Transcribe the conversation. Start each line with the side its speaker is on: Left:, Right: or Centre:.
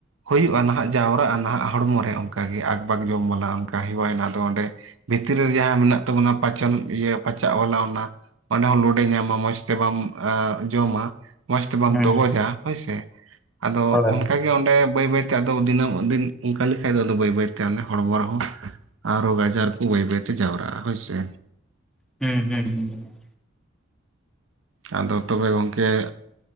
Right: ᱦᱩᱭᱩᱜᱼᱟ ᱱᱟᱦᱟᱜ, ᱡᱟᱣᱨᱟᱜᱼᱟ ᱱᱟᱦᱟᱜ, ᱦᱚᱲᱢᱚ ᱨᱮ ᱚᱱᱠᱟᱜᱮ ᱟᱠ-ᱵᱟᱠ ᱡᱚᱢ ᱵᱟᱞᱟ᱾ ᱚᱱᱠᱟ ᱦᱮᱣᱟᱭᱮᱱᱟ᱾ ᱟᱫᱚ ᱚᱸᱰᱮ ᱵᱷᱽᱤᱛᱨᱤ ᱨᱮ ᱡᱟᱦᱟᱸ ᱢᱮᱱᱟᱜ ᱛᱟᱵᱚᱱᱟ ᱾ᱯᱟᱪᱚᱱ ᱤᱭᱟᱹ ᱯᱟᱪᱟᱜ ᱵᱟᱞᱟ ᱚᱱᱟ ᱚᱸᱰᱮ ᱦᱚᱸ ᱞᱳᱰᱮ ᱮᱸ ᱧᱟᱢᱟ᱾ ᱢᱚᱸᱡᱽᱷ ᱛᱮ ᱵᱟᱢ ᱡᱚᱢᱟ ᱢᱚᱸᱡᱽᱷ ᱛᱮ ᱵᱟᱢ
Centre: ᱦᱩᱸ
Right: ᱛᱚᱜᱚᱡᱟ᱾ ᱦᱳᱭᱥᱮ ᱟᱫᱚ
Centre: ᱦᱳᱭ
Right: ᱚᱱᱠᱟᱜᱮ ᱚᱸᱰᱮ ᱵᱟᱹᱭ ᱵᱟᱹᱭᱛᱮ ᱟᱫᱚ ᱫᱤᱱᱟᱹᱢ ᱫᱤᱱ, ᱚᱱᱠᱟ ᱞᱮᱠᱷᱟᱡ ᱫᱚ ᱵᱟᱹᱭ ᱵᱟᱹᱭᱛᱮ ᱚᱱᱮ ᱦᱚᱲᱢᱚ ᱨᱮ-ᱦᱚᱸ ᱟᱨ ᱨᱳᱜᱽ ᱟᱡᱟᱨ ᱠᱚ, ᱵᱟᱹᱭ ᱵᱟᱹᱭᱛᱮ ᱡᱟᱣᱨᱟᱜᱼᱟ ᱾ᱦᱳᱭᱥᱮ
Centre: ᱦᱩᱸ ᱦᱩᱸ
Right: ᱟᱫᱚ ᱛᱚᱵᱮ ᱜᱚᱝᱠᱮ,